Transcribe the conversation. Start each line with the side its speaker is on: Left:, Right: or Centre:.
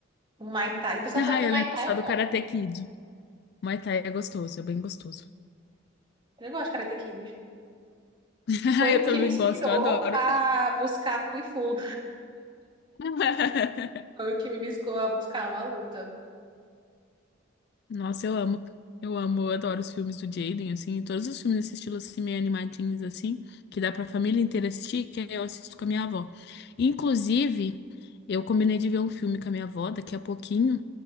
Right: Um Muay Thai. O pessoal
Left: Ah,
Right: fala que
Left: eu
Right: Muay
Left: lembro
Right: Thai
Left: só
Right: é bom.
Left: do Karate Kid. Muay Thai é gostoso, é bem gostoso.
Right: Eu gosto de Karate Kid.
Left: <laughs>
Right: Foi
Left: Eu
Right: o que
Left: também
Right: me inspirou
Left: gosto, eu adoro.
Right: a buscar Kung Fu.
Left: <laughs>
Right: Foi o que me buscou a buscar uma luta.
Left: Nossa, eu amo. Eu amo, eu adoro os filmes do Jaden, assim, e todos os filmes desse estilo, assim, meio animadinhos, assim, que dá pra família inteira assistir, que eu assisto com a minha avó. Inclusive, eu combinei de ver um filme com a minha avó daqui a pouquinho,